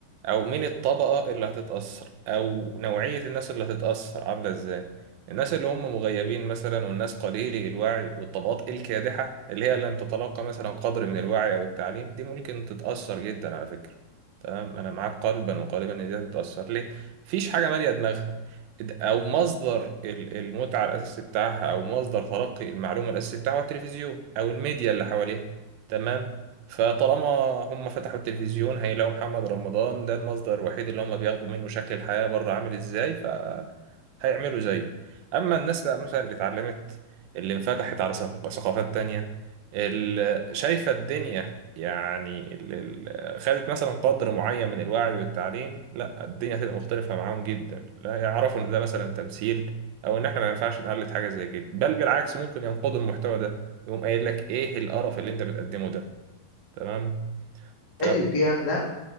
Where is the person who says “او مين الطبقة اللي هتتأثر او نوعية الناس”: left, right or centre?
Right